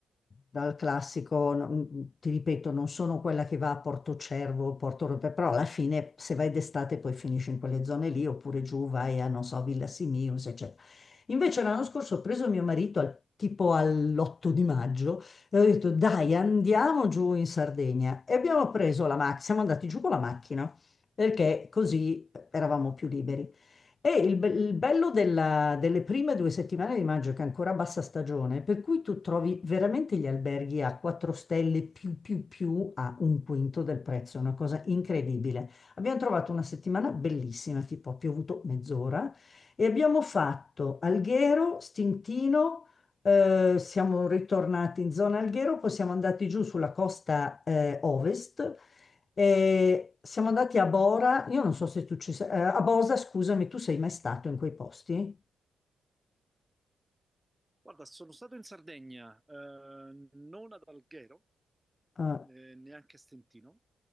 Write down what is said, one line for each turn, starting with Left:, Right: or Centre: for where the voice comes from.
Left: dal classico, no, mh, ti ripeto, non sono quella che va a Porto Cervo, Porto Rope, però alla fine se vai d'estate poi finisci in quelle zone lì, oppure giù vai a, non so, Villa Simius, eccetera. Invece l'anno scorso ho preso mio marito al- tipo all'8 di maggio e ho detto dai andiamo giù in Sardegna e abbiamo preso la macchina, siamo andati giù con la macchina perché così eravamo più liberi. E il, be- il bello della- delle prime due settimane di maggio, che è ancora bassa stagione, per cui tu trovi veramente gli alberghi a 4 stelle più più più a un quinto del prezzo, è una cosa incredibile. Abbiamo trovato una settimana bellissima, tipo ha piovuto mezz'ora, e abbiamo fatto Alghero, Stintino, eh, siamo ritornati in zona Alghero, poi siamo andati giù sulla costa eh, ovest e siamo andati a Bora, io non so se tu ci sei, eh, a Bosa, scusami, tu sei mai stato in quei posti?
Right: Guarda, sono stato in Sardegna, eh, non ad Alghero,
Left: Eh,
Right: eh, neanche a Stentino,